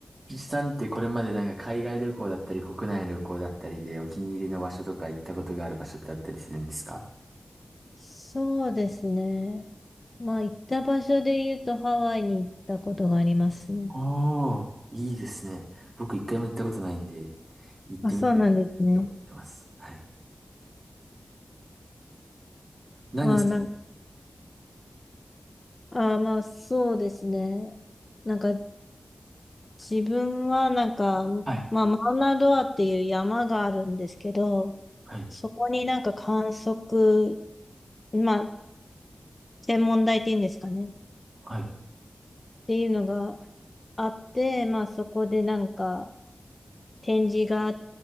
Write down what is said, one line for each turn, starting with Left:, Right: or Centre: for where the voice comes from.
Right: ピチさんってこれまでなんか海外旅行だったり国内の旅行だったりでお気に入りの場所とか行ったことがある場所ってあったりするんですか
Left: そうですね。まあ、行った場所で言うとハワイに行ったことがありますね。
Right: ああ、いいですね。僕一回も行ったことないんで、行ってみたい
Left: あ、そうなんですね。
Right: と思ってます。はい。何されたんです
Left: まあ、なん、あまあ、そうですね。なんか、自分はなんか、
Right: かはい、
Left: まあ、マウナロアっていう山があるんですけど、
Right: はい、
Left: そこになんか観測、まあ、天文台っていうんですかね。っ
Right: はい。
Left: ていうのがあって、まあ、そこでなんか展示があっ